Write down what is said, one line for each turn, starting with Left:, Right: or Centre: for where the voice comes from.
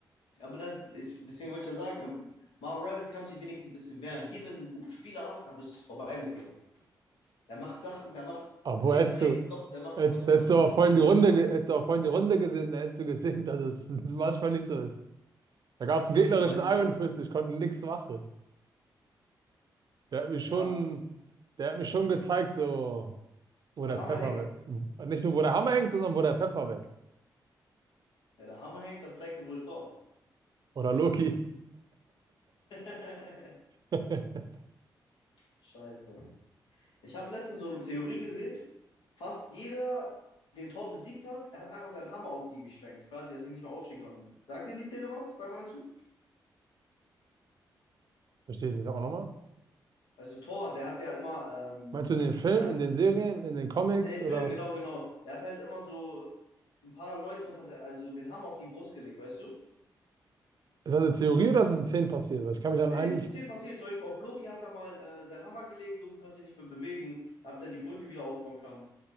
Left: aber dann, ich, deswegen wollte ich ja sagen, im Marvel Rivals kannst du dich wenigstens ein bisschen wehren. Hier, wenn du einen guten Spieler hast, dann bist du vorbei mit dir. Der macht Sachen, der macht
Right: Aber
Left: links,
Right: hättest
Left: rechts,
Right: du,
Left: dopp, der macht
Right: hättest,
Left: Doppelpass
Right: hättest du
Left: mit
Right: aber
Left: sich
Right: vorhin
Left: selber,
Right: die Runde,
Left: weißt du?
Right: ge- hättest du aber vorhin die Runde gesehen, da hättest du gesehen, <laughs> dass es manchmal nicht so ist. Da gab es einen gegnerischen
Left: Wie meinst
Right: Iron
Left: du?
Right: Fist, ich konnte nichts machen. Der hat mich
Left: Ja,
Right: schon,
Left: das,
Right: der hat mich schon gezeigt, so, wo
Left: wo der
Right: der
Left: Hammer
Right: Pfeffer
Left: hängt?
Right: weg. Nicht nur, wo der Hammer hängt, sondern wo der Pfeffer weg.
Left: Ja, der Hammer hängt, das zeigte wohl Tor.
Right: Oder Loki.
Left: <laughs>
Right: <laughs>
Left: Scheiße. Ich habe letztens so eine Theorie gesehen. Fast jeder, den Tor besiegt hat, er hat einfach seinen Hammer auf die geschwenkt, quasi, dass sie nicht mehr aufstehen konnten. Sagt dir die Szene was bei manchen?
Right: Verstehe ich nicht. Aber nochmal.
Left: Also Tor, der hat ja immer, ähm,
Right: Meinst du in den Filmen,
Left: halt
Right: in den Serien, in den Comics
Left: in den
Right: oder
Left: Filmen, genau, genau. Der hat halt immer so ein paar Leute unter, se- also den Hammer auf die Brust gelegt, weißt du?
Right: ist das eine Theorie oder ist das in Szenen passiert? Weil ich kann mich dann
Left: Nee,
Right: eigentlich.
Left: ist um 10 passiert. Zum Beispiel auf Loki hat er mal äh, seinen Hammer gelegt. Loki konnte sich nicht mehr bewegen. Da hat er die Brücke wieder aufbauen kann,